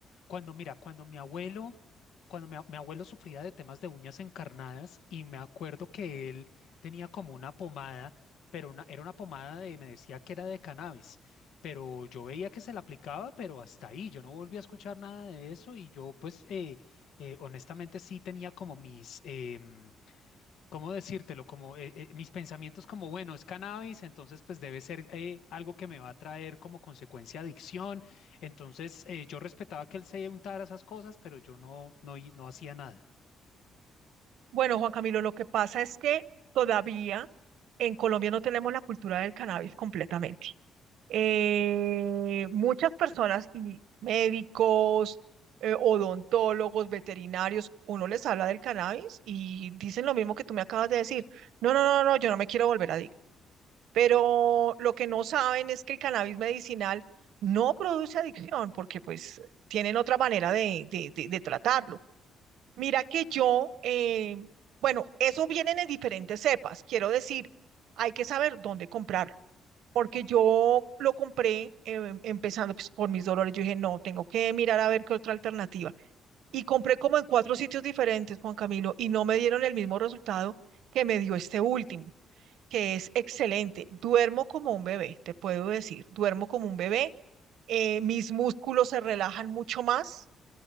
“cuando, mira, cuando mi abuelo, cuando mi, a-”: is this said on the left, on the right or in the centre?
Left